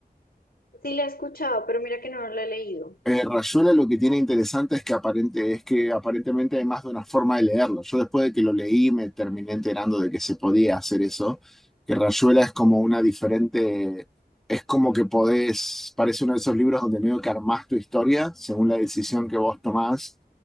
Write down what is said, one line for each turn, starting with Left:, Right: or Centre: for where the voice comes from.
Left: Sí, la he escuchado, pero mira que no la he leído.
Centre: Eh, Rayuela lo que tiene interesante es que, aparente, es que aparentemente hay más de una forma de leerlo. Yo después de que lo leí me terminé enterando de que se podía hacer eso, que Rayuela es como una diferente, es como que podés, parece uno de esos libros donde medio que armás tu historia según la decisión que vos tomás,